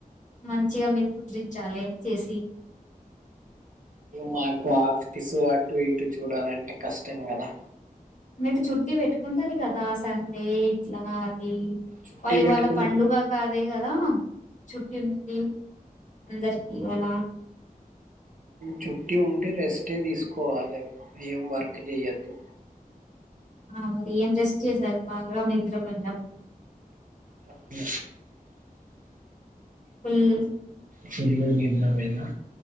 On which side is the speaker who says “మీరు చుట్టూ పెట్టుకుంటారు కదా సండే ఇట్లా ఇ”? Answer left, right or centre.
Left